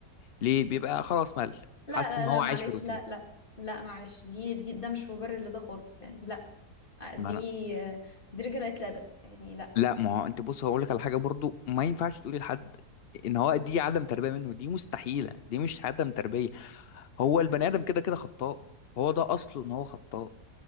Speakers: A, on the left; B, on the left.
A: ليه بيبقى خلاص مل
B: لا
A: حاسس
B: لا
A: ان
B: لا
A: هو
B: معلش
A: عايش في روتين
B: لا لا لا معلش دي, دي ده مش مبرر لده خالص يعني لا دي
A: ما انا
B: دي رجالة الأدب يعني لا
A: لا ما هو انت بص هقول لك على حاجه برضو ما ينفعش تقولي لحد ان هو دي عدم تربيه منه دي مستحيله دي مش عدم تربيه هو البني ادم كده كده خطاء هو ده اصله ان هو خطاء